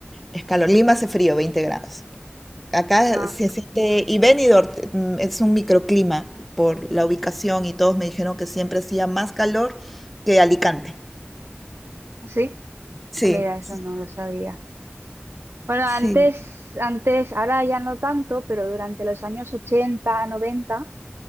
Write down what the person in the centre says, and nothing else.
Es calor. Lima hace frío, 20 grados. Acá
se siente, y Benidorm mm, es un microclima por la ubicación y todos me dijeron que siempre hacía más calor que Alicante.
Sí,
sí.
sí.